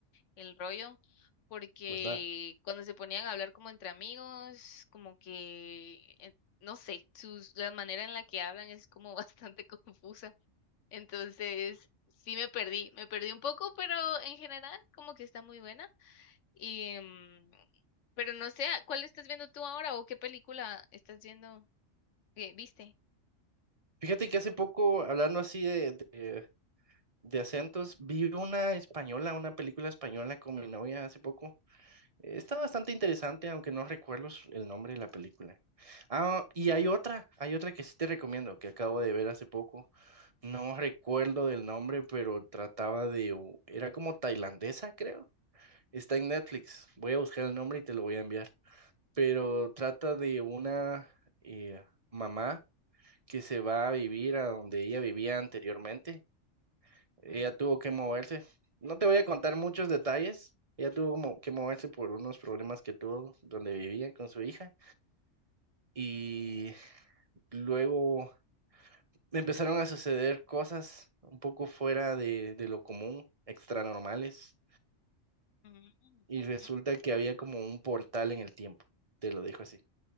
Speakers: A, on the left; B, on the right.
A: el rollo, porque
B: ¿verdad?
A: cuando se ponían a hablar como entre amigos, como que, eh, no sé, sus, la manera en la que hablan es como <laughs> bastante confusa. Entonces, sí me perdí, me perdí un poco, pero en general como que está muy buena. Y, mm, pero no sé, ¿cuál estás viendo tú ahora o qué película estás viendo? que ¿Viste?
B: Fíjate que hace poco, hablando así de, de, de acentos, vi una española, una película española con mi novia hace poco. Eh, Está bastante interesante, aunque no recuerdo su- el nombre de la película. Ah, y hay otra, hay otra que sí te recomiendo, que acabo de ver hace poco, No recuerdo del nombre, pero trataba de... u- Era como tailandesa, creo. Está en Netflix. Voy a buscar el nombre y te lo voy a enviar. Pero trata de una eh, mamá que se va a vivir a donde ella vivía anteriormente. Ella
A: Mm,
B: tuvo que moverse. No te voy a contar muchos detalles. Ella tuvo como que moverse por unos problemas que tuvo donde vivía con su hija. Y luego me empezaron a suceder cosas un poco fuera de, de lo común, extra normales,
A: mm,
B: y resulta
A: ujú.
B: que había como un portal en el tiempo, te lo dejo así.